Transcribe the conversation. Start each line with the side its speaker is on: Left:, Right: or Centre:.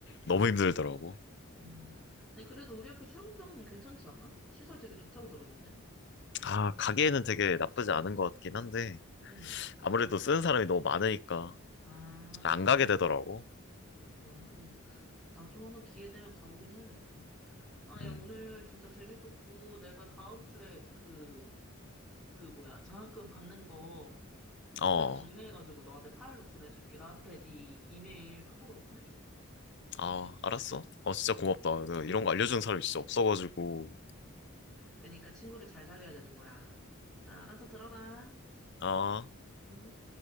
Left: 너무
Centre: 응.
Left: 힘들더라고.
Centre: 음. 아니, 그래도 우리 학교 수영장 괜찮지 않아? 시설 되게 좋다고 들었는데.
Left: 아, 가기에는 되게 나쁘지 않은 것 같긴 한데
Centre: 음.
Left: 아무래도 쓰는 사람이 너무 많으니까
Centre: 아,
Left: 안 가게 되더라고.
Centre: 그렇구나. 나도 한번 기회 되면 가보긴 해야겠다. 아, 야,
Left: 음,
Centre: 오늘 진짜 재밌었고, 내가 다음 주에 그, 그 뭐야, 장학금 받는 거 엑셀로
Left: 어.
Centre: 정리해가지고 너한테 파일로 보내줄게. 나한테 네 이메일 카톡으로 보내줘.
Left: 아, 알았어. 어, 진짜 고맙다. 내가 이런 거 알려주는 사람이 진짜 없어가지고.
Centre: 그러니까 친구를 잘 사귀어야 되는 거야. 일단 알아서 들어가.
Left: 아.
Centre: 음.